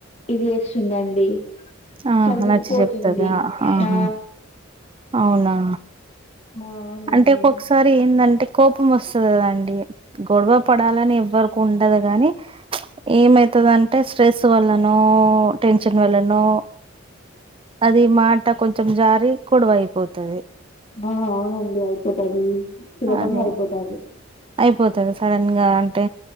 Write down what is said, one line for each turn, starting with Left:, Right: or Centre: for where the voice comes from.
Left: ఇది చేస్తుందండి
Right: ఆహా
Left: సర్దుకుపోతుంది
Right: నచ్చ చెప్తదా ఆహా
Left: ఆ
Right: అవునా
Left: ఆ అవునండి
Right: అంటే ఒక్కొక్కసారి ఏందంటే కోపం వస్తది కదండి గొడవ పడాలని ఎవ్వరికు ఉండదు గాని ఏమైతదంటే స్ట్రెస్ వల్లనో టెన్షన్ వల్లనో అది మాటా కొంచెం జారి గోడవయిపోతది
Left: ఆ అవునండి అయిపోతాది సులభంగా
Right: అదే
Left: అయిపోతాది
Right: అయిపోతది సడన్ గా అంటే